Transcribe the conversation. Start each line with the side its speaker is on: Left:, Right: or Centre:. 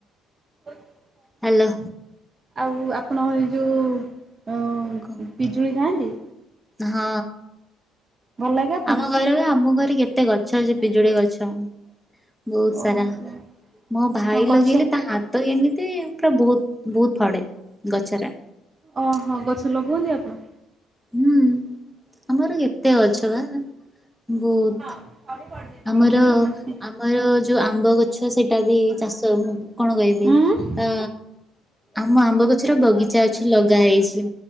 Right: <unintelligible>
Centre: ହ୍ୟାଲୋ।
Right: ଆଉ ଆପଣ ଏ ଯେଉଁ ଉଁ
Centre: କହ।
Right: ପିଜୁଳି ଖାଆନ୍ତି?
Centre: ହଁ
Right: ଭଲ ଲାଗେ ଆପଣଙ୍କୁ?
Centre: ଆମ ଘରେ ବା ଆମ ଘରେ କେ ଏତେ ଗଛ ଅ ପିଜୁଳି ଗଛ ବୋହୁତ ସାରା
Right: ଓହୋ।
Centre: ମୋ ଭାଇ
Right: ହଁ ଗଛ
Centre: ଲଗେଇଲେ ହା ତ ଏମିତି ପୁରା ବୋହୁତ ବୋହୁତ ଫଡେ ଗଛରା
Right: ଓ ହଁ ଗଛ ଲଗାଉଚ ତ?
Centre: ହୁଁ ଆମର କେତେ ଗଛ ବା ବୋହୁତ
Right: <unintelligible>
Centre: ଆମର
Right: ଓହୋ
Centre: ଆମର ଯୋଉ ଆମ୍ବ ଗ ଗଛ ସେଇଟା ବି ଚାଷ କଣ କହିବି
Right: ଉଁ
Centre: ଆ ଆମ ଆମ୍ବ ଗଛର ବଗିଚା ଅଛି ଲଗା ହେଇଚି